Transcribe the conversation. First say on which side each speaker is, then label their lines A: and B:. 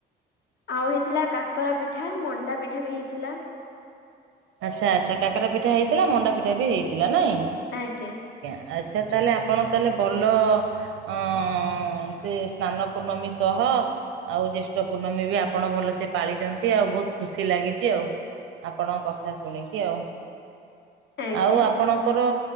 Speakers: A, on the left; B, on the right.
A: ଆଉ ହେଇଥିଲା କାକରା ପିଠା ମଣ୍ଡା ପିଠା ବି ହେଇଥିଲା।
B: ଆଚ୍ଛା ଆଚ୍ଛା କାକରା ପିଠା ହେଇଥିଲା ମଣ୍ଡା ପିଠା ବି ହେଇଥିଲା ନାଇଁ।
A: ଆଜ୍ଞା।
B: ଆଚ୍ଛା ତାହେଲେ ଆପଣ ତାହେଲେ ଭଲ ଅଁ ସେ ସ୍ନାନ ପୂର୍ଣମୀ ସହ ଆଉ ଜ୍ୟେଷ୍ଠ ପୂର୍ଣ୍ଣମୀ ବି ଆପଣ ଭଲ ଯେ ପାଳିଛନ୍ତି ଆଉ ବହୁତ ଖୁସି ଲାଗିଛି ଆଉ। ଆପଣ କଥା ଶୁଣିକି ଆଉ।
A: ଆଜ୍ଞା।
B: ଆଉ ଆପଣଙ୍କର